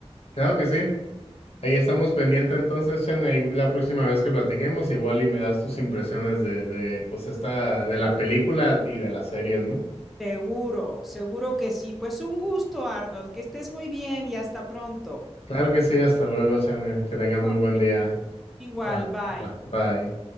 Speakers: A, on the left (about 65°); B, in the centre.
A: Claro que sí. Ahí estamos pendientes entonces, Chan, ahí la próxima vez que platiquemos, igual y me das tus impresiones de, de, pues esta, de la película y de las series, ¿no?
B: Seguro, seguro que sí. Pues un gusto, Arnold, que estés muy bien y hasta pronto.
A: Claro que sí, hasta luego, Chan, eh, que tengan
B: Ok.
A: muy buen día.
B: Igual,
A: Va,
B: bye.
A: va, bye.